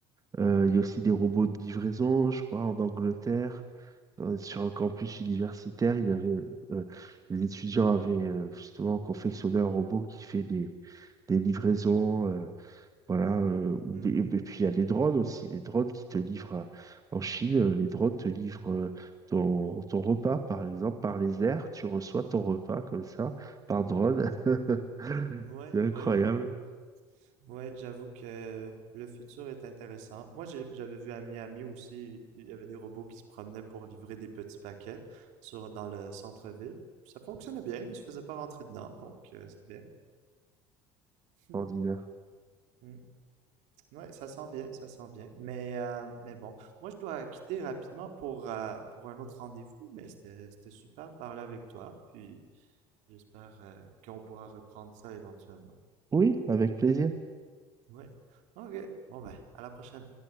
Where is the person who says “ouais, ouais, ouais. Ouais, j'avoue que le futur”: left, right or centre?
Right